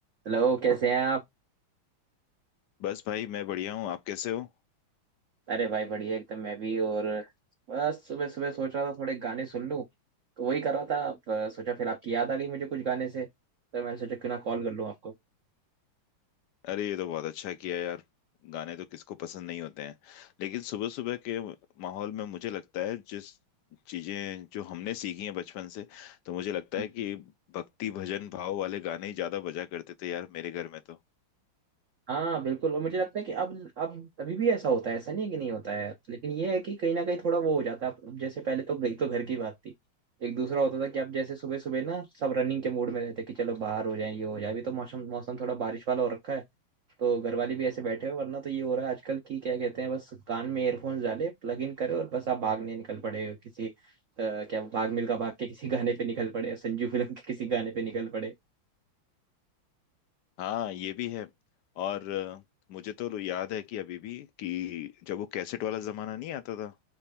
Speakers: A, on the right; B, on the left.
A: Hello कैसे हैं आप
B: बस भाई मैं बढ़िया हूँ आप कैसे हो
A: अरे भाई बढ़िया एकदम मैं भी और बस सुबह सुबह सोच रहा था थोड़े गाने सुन लूं तो वही कर रहा था अब अ, सोचा फिर आपकी याद आ गई मुझे कुछ गाने से तो मैंने सोचा क्यों ना कॉल कर लूं आपको
B: अरे ये तो बहुत अच्छा किया यार गाने तो किसको पसंद नहीं होते हैं लेकिन सुबह सुबह के माहौल में मुझे लगता है जिस चीजें जो हमने सीखी हैं बचपन से तो मुझे लगता
A: हम्म।
B: है कि भक्ति भजन भाव वाले गाने ही ज्यादा बजा करते थे यार मेरे घर में तो
A: हाँ बिल्कुल और मुझे लगता है कि अब अब अभी भी ऐसा होता है ऐसा नहीं है कि नहीं होता है लेकिन ये है कि कहीं ना कहीं थोड़ा वो हो जाता है अब जैसे पहले तो एक तो घर की बात थी एक दूसरा होता था कि आप जैसे सुबह सुबह ना सब रनिंग के मूड में रहते कि चलो बाहर हो जाए ये हो जाए अभी तो मौसम मौसम थोड़ा बारिश वाला हो रखा है तो घर वाले भी ऐसे बैठे हो वरना तो ये हो रहा है आजकल की क्या कहते हैं बस कान में एयरफोन्स डाले प्लग इन करे और बस आप भागने निकल पड़े हो किसी आ, क्या भाग मिल्खा भाग के किसी गाने पे निकल पड़े संजू फिल्म के किसी गाने पे निकल पड़े
B: हाँ ये भी है और अ, मुझे तो याद है कि अभी भी कि जब वो कैसेट वाला जमाना नहीं आता था